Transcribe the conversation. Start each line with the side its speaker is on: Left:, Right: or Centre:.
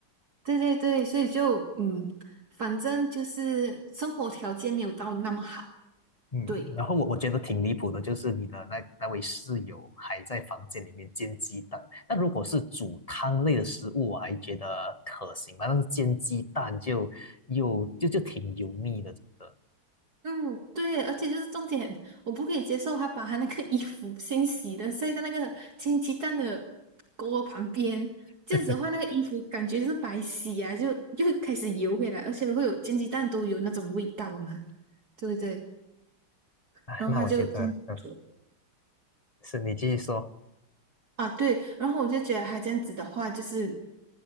Right: 对对对，所以就嗯，反正就是生活条件没有到那么好，
Left: 嗯，
Right: 对。
Left: 然后我我觉得挺离谱的，就是你的那那位室友还在房间里面煎鸡蛋。那如果是煮汤类的食物，我还觉得可行吧，但是煎鸡蛋就又就就挺油腻的，整个。
Right: 嗯，对，而且就是重点，我不可以接受他把他那个衣服先洗了，晒在那个煎鸡蛋的锅旁边，
Left: <laughs>
Right: 这样子的话，那个衣服感觉是白洗啊，就又开始油回来，而且会有煎鸡蛋都有那种味道嘛，对不对？
Left: 哎，
Right: 然后他就这样子做
Left: 那我觉得，嗯，是你继续说。
Right: 啊，对，然后我就觉得他这样子的话，就是